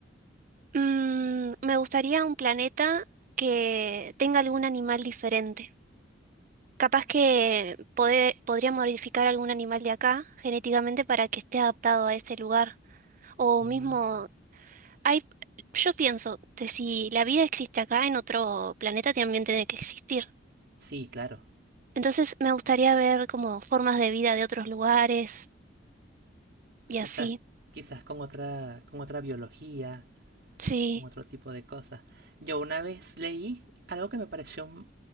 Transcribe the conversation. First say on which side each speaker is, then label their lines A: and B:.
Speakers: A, on the right (about 45°); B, on the right (about 60°).
A: mm, me gustaría un planeta que tenga algún animal diferente. Capaz que pode- podría modificar algún animal de acá genéticamente para que esté adaptado a ese lugar. O
B: Mm.
A: mismo Hay, yo pienso que si la vida existe acá, en otro planeta también tiene que existir.
B: Sí, claro.
A: Entonces me gustaría ver como formas de vida de otros lugares y así.
B: Quizás, quizás con otra, con otra biología,
A: Sí,
B: con otro tipo de cosas. Yo una vez leí algo que me pareció m-